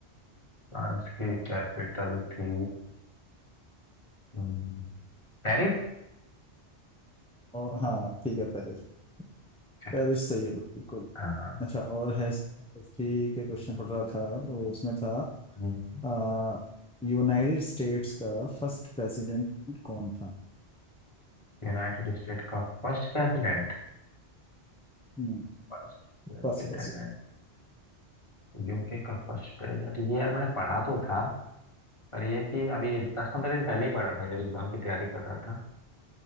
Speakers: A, on the left; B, in the centre.
A: फ्रांस की कैपिटल थी हम्म, पेरिस
B: और हाँ ठीक है पेरिस
A: अच्छा,
B: पेरिस सही है बिल्कुल
A: हाँ
B: अच्छा और है हिस्ट्री के क्वेश्चन पढ़ रहा था तो उसमें था
A: हम्म,
B: अ, यूनाइटेड स्टेट्स का फर्स्ट प्रेसिडेंट कौन था
A: यूनाइटेड स्टेट का first president
B: हम्म,
A: first president
B: फर्स्ट प्रेसिडेंट
A: UK का फर्स्ट प्रेसिडेंट ये यार मैंने पढ़ा तो था पर ये कि अभी दस पंद्रह दिन पहले ही पढ़ा था जब एग्जाम की तैयारी कर रहा था